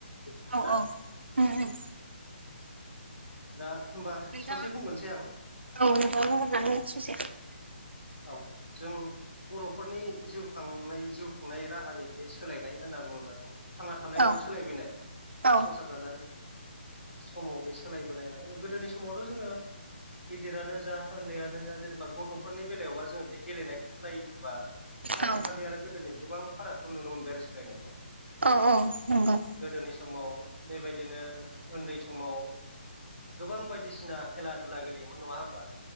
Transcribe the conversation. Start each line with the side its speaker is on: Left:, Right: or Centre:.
Left: बेफोरखौ
Right: औ
Left: ना
Right: औ उम उम
Left: दा होमबा
Right: नोंथाङा
Left: ससे बुंग्रोनोसै आं।
Right: औ नोंथाङा बुंहरनानै ससे
Left: औ जों बर फोरनि जिउ खांनाय जिउ खुंनाय राहानि बे सोलायनाय होनना बुङोबा जों थांना थानायाव
Right: औ
Left: सोलायबोननाय
Right: औ
Left: संसार जानाय समाव बे सोलायबोनाय नाम गोदोनि समावथ जोङो गिदिरानो जा उन्दैयानो जा जेनेबा गथ फोरनि बेलायावबा जोङो बे गेलेनायफोरखौ नायोबा‌। आथिखालनि
Right: औ
Left: आरो गोदोनि गोबां फारागखौ नुनो मोनबाय आरो सोलायनायखौ ।
Right: औ औ नंगौ
Left: गोदोनि समाव बेबायदिनो उन्दै समाव गोबां बायदिसिना खेला दुला गेलेयोमोन नङा होमबा?